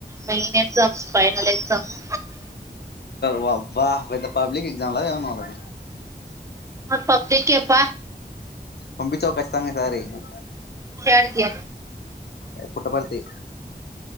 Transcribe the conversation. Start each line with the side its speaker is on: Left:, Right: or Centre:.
Right: main exams final exams
Left: వా వాహ్ పబ్లిక్ ఎగ్జామ్లా ఎమన్నా వాళ్లకి
Right: పబ్లిక్ ఎప్ప
Left: పంపిచ్చావ్ కచ్చితంగ ఈసారి అ
Right: యాడికి
Left: ఏ పుట్టపర్తి